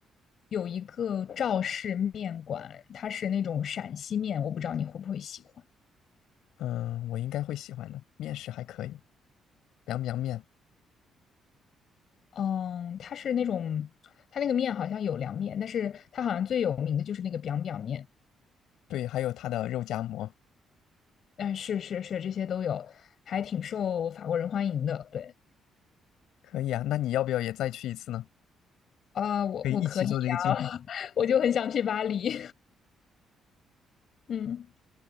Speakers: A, on the left; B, on the left.
A: 有一个赵氏面馆，它是那种陕西面，我不知道你会不会喜欢，
B: 嗯，我应该会喜欢的。面食还可以，凉凉面？
A: 嗯，它是那种，它那个面好像有凉面，但是它好像最有名的就是那个 biang biang 面，
B: 对，还有它的肉夹馍，
A: 嗯，是是是，这些都有，还挺受法国人欢迎的，对。
B: 可以啊。那你要不要也再去一次呢？
A: 啊、呃我我可以呀、
B: 可以一起做这个计划。
A: <laughs> 我就很想去巴黎。嗯，